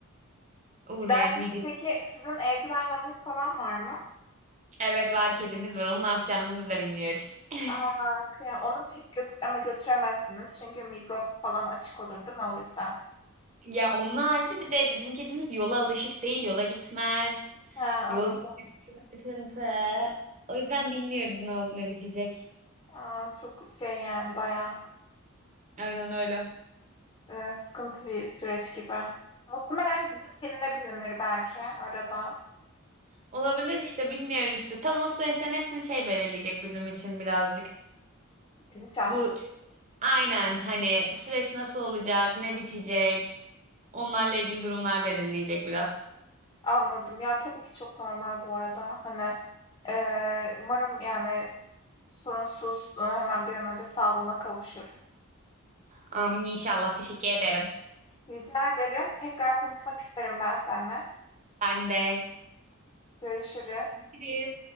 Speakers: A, on the right; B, on the left.
A: Uğrayan
B: Giderken
A: diyecek.
B: peki sizin evcil hayvanınız falan var mı?
A: Evet var kedimiz var. Onu ne yapacağımızı biz de bilmiyoruz. <laughs>
B: Aa, kıya- onu pek götür ama götüremezsiniz çünkü mikrop falan açık olur değil mi o yüzden?
A: Ya onun harici bir de bizim kedimiz yola alışık değil. Yola gitmez.
B: Ha,
A: Yol
B: anladım.
A: gitmesi çok sıkıntı. O yüzden bilmiyoruz ne olup ne bitecek.
B: Aa, çok şey yani bayağı
A: Aynen öyle.
B: e, sıkıntı bir süreç gibi. Muhtemelen gidip gelinebilinir belki arada.
A: Olabilir işte bilmiyoruz işte. Tam o süreçlerin hepsini şey belirleyecek bizim için birazcık.
B: Gidişat.
A: Bu Aynen hani süreç nasıl olacak, ne bitecek, Onlarla ilgili durumlar belirleyecek biraz.
B: Anladım. Ya, tabii ki çok normal bu arada. Hani, eee, umarım, yani, sorunsuz, ııı, hemen bir an önce sağlığına kavuşur.
A: Amin inşallah. Teşekkür ederim.
B: Rica ederim. Tekrar konuşmak isterim ben seninle.
A: Ben de.
B: Görüşürüz.
A: Görüşürüz.